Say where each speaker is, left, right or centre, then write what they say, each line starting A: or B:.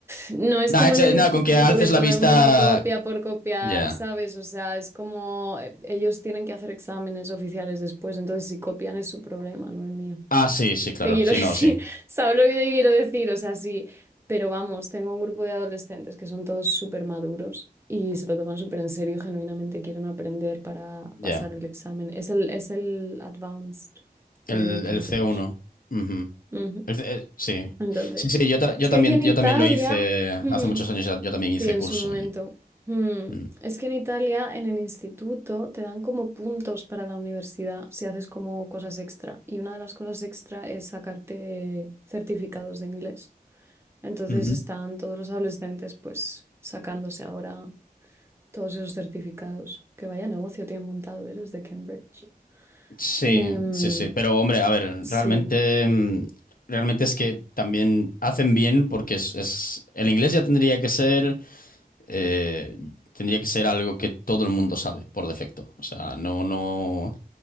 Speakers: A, on the right; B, on the left.
A: No es
B: Nah,
A: como
B: echa-
A: en el
B: nah,
A: instituto
B: con que alces
A: que todo
B: la vista.
A: el mundo copia por copiar,
B: Ya.
A: ¿sabes? O sea, es como eh, ellos tienen que hacer exámenes oficiales después, entonces si copian es su problema, no el mío.
B: Ah, sí, sí, claro.
A: Te quiero
B: Sí,
A: <laughs> decir,
B: no, sí.
A: ¿sabes lo que te quiero decir? O sea, sí, pero vamos, tengo un grupo de adolescentes que son todos súper maduros y se lo toman súper en serio y genuinamente quieren aprender para
B: Ya.
A: pasar el examen. Es el, es el Advanced
B: El,
A: de Cambridge.
B: el C1. Ujú.
A: Ujú.
B: El C- eh, sí.
A: Entonces,
B: Sí, sí, yo, ta- yo
A: es
B: también,
A: que aquí en
B: yo
A: Italia...
B: también lo hice
A: hmm,
B: hace muchos años, ya- yo también hice
A: Sí, en
B: curso.
A: su momento.
B: y-
A: Hmm.
B: Mm.
A: Es que en Italia, en el instituto, te dan como puntos para la universidad si haces como cosas extra. Y una de las cosas extra es sacarte certificados de inglés. Entonces
B: Ujú.
A: están todos los adolescentes pues sacándose ahora todos esos certificados. Que vaya negocio tienen montado, ¿eh? Los de Cambridge.
B: Sí,
A: Em,
B: sí, sí. Pero, hombre, a ver,
A: sí.
B: realmente, mm, realmente es que también hacen bien porque es, es- el inglés ya tendría que ser, eh, tendría que ser algo que todo el mundo sabe por defecto. O sea, no, no.